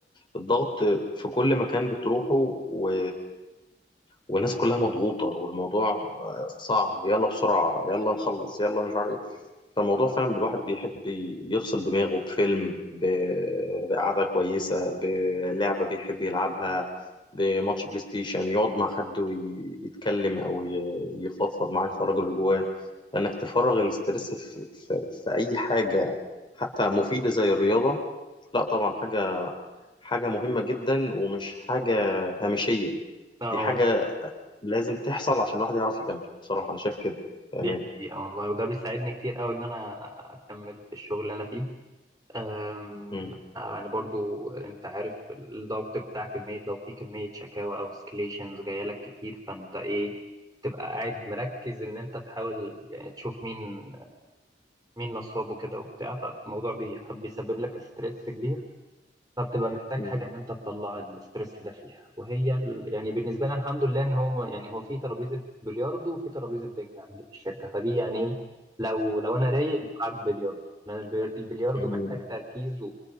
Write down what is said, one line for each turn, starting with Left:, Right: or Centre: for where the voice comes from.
Left: الضغط في كل مكان بتروحه و... والناس كلها مضغوطة والموضوع صعب ويلا بسرعة يلا نخلص يلا مش عارف فالموضوع فعلا الواحد بيحب يفصل دماغه بفيلم ب- بقعدة كويسة بلعبة بيحب يلعبها بماتش بلاي ستيشن يقعد مع حد ويتكلم أو ي- يفضفض معاه يخرج اللي جواه لأنك تفرغ الاسترس في, في, في أي حاجة حتى مفيدة زي الرياضة لا طبعا حاجة حاجة مهمة جدا ومش حاجة هامشية
Right: اه
Left: دي حاجة لازم تحصل عشان الواحد يعرف يكمل بصراحة أنا شايف كده تمام
Right: دي حقيقة والله وده بيساعدني كتير قوي ان انا اكمل في الشغل اللي انا فيه أم،
Left: م-
Right: يعني برضو انت عارف الضغط بتاع كمية لو في كمية شكاوى او سكليشنز جاية لك كتير فانت ايه تبقى قاعد مركز ان انت تحاول يعني تشوف مين مين نصاب وكده وبتاع فالموضوع بي- بيسبب لك ستريس كبير فبتبقى محتاج
Left: م-
Right: حاجه ان انت تطلع الستريس ده فيها وهي ال- يعني بالنسبه لنا الحمد لله ان هو يعني هو في ترابيزه بلياردو وفي ترابيزه بينج عندي في الشركه فدي يعني ايه لو لو انا رايق بلعب بلياردو لان البي- البلياردو
Left: م-
Right: محتاج تركيز و-